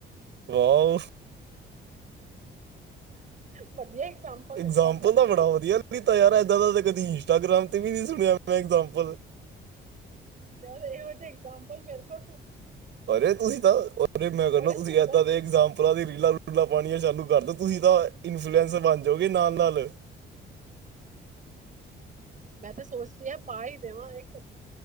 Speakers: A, on the right; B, on the right.
A: ਵਾਹੋ।
B: ਵਧੀਆ ਇਗਜ਼ਾਮਪਲ
A: ਇਗਜਾਮਪਲ
B: ਦਿੱਤਾ ਤੁਹਾਨੂੰ
A: ਤਾਂ ਬੜਾ ਵਧੀਆ ਦਿਤਾਂ ਯਾਰ, ਏਦਾਂ ਦਾ ਕਦੀ ਇੰਸਟਾਗ੍ਰਾਮ ਤੇ ਵੀ ਨੀ ਸੁਣਿਆ ਇਗਜਾਮ੍ਹਪਲ।
B: ਯਾਰ ਇਹੋ ਜਿਹੇ ਐਗਜਾਮਪਲ ਮੇਰੇ ਕੋਲ ਤੁਸੀ
A: ਅਰੇ ਤੁਸੀਂ ਤਾਂ, ਅਰੇ ਮੈਂ ਕਹਣਾ ਤੁਸੀਂ
B: ਸੁੰਦਰ
A: ਏਦਾਂ ਦੇ ਇਗਜ਼ਾਮਪਲਾਂ ਦੀ ਰੀਲਾ -ਰੂਲਾ ਪਾਣੀਆ ਚਾਲੂ ਕਰਦੋ ਤੁਸੀਂ ਤਾਂ, ਇਨਫਲੂਐਂਸਰ ਬਣ ਜਾਓਗੇ ਨਾਲ-ਨਾਲ।
B: ਮੈਂ ਤੇ ਸੋਚਦੀ ਹਾਂ ਪਾ ਹੀ ਦੇਵਾਂ ਇਕ।